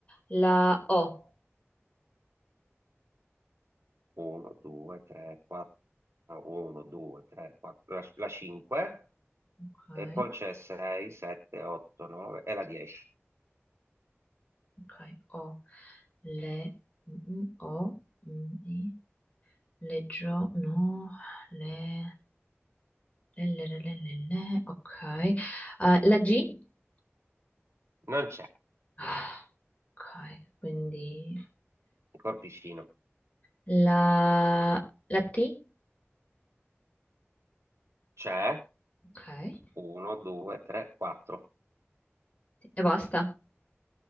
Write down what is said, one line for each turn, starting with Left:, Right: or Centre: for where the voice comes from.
Left: La O.
Right: 1, 2, 3, 4. 1, 2, 3, 4. La, la 5.
Left: Ok,
Right: E poi c'è 6, 7, 8, 9 e la 10.
Left: ok. O. Le. mm, mm, o. mm, I. Leggio. No. Le. Le, le, le, le, le, le. Ok. Eh, la G. <sighs>
Right: Non c'è.
Left: Ah. Ok, quindi
Right: Il corpicino.
Left: la, la T,
Right: C'è.
Left: ok, e
Right: 1, 2, 3, 4.
Left: basta.